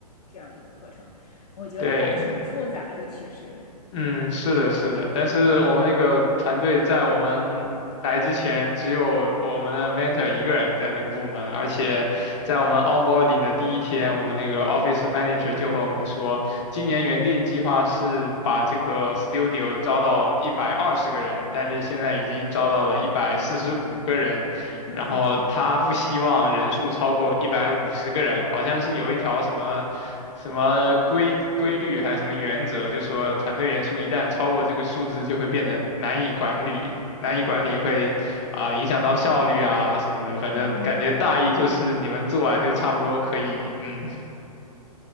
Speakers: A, on the left; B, on the left.
A: 这样一个课程。我觉得还挺复杂的，
B: 对，
A: 其实，
B: 嗯，是的，是的，但是我们那个团队在我们来之前，只有我们的 mentor 一个人在那个部门，而且在我们 onboarding 的第一天，我们那个 office manager 就和我们说，今年原定计划是把这个 studio 招到一百二十个人，但是现在已经招到了一百四十五个人，
A: <laughs> 我的天，
B: 然后他不希望人数超过一百五十个人，好像是有一条什么。什么规规律还是什么原则，就说团队人数一旦超过这个数字，就会变得难以管理，难以管理会啊、影响到效率啊什么的。反正感觉大意就是你们做完就差不多可以，
A: 嗯，
B: 嗯，